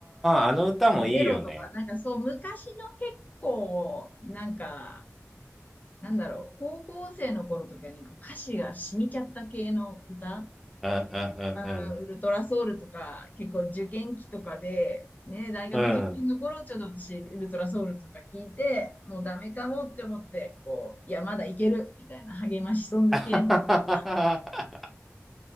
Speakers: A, in the centre; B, on the left.
A: あ、あの歌もいいよね。
B: ゼロとか、なんかそう、昔の結構、なんか、なんだろう、高校生の頃とかにこう歌詞が染みちゃった系の歌、
A: うんうん
B: あウルトラソウルとか、結構受験期とかで、ね、大学受験の頃、
A: うんうん。うん。
B: ちょっと私、ウルトラソウルとか聞いて、もうダメかもって思って、こう、いや、まだいける、みたいな励ましソング系のとか、
A: <laughs>